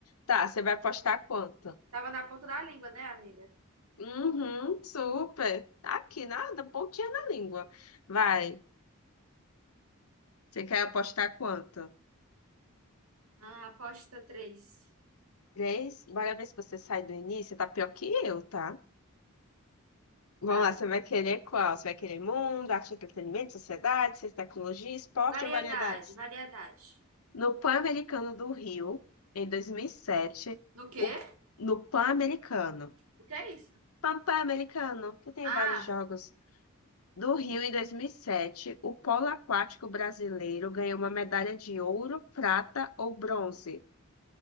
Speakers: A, on the left; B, on the right.
A: Tá, você vai postar quanto?
B: Tava na ponta da língua, né, amiga?
A: Uhum, super. Tá Aqui, nada, pontinha na língua. Vai, você quer apostar quanto?
B: Ah, aposta 3.
A: Três? Bora ver se você sai do início, você tá pior que eu, tá? Vamos
B: Para.
A: lá, você vai querer qual? Você vai querer mundo, arte, entretenimento, sociedade, ciência, tecnologia, esporte
B: Variedade,
A: ou variedades?
B: variedade.
A: No Pan-Americano do Rio, em 2007,
B: No quê?
A: o, no pan americano
B: O que é isso?
A: Papai Americano, que tem
B: Ah,
A: vários jogos. Do Rio em 2007, o polo aquático brasileiro ganhou uma medalha de ouro, prata ou bronze.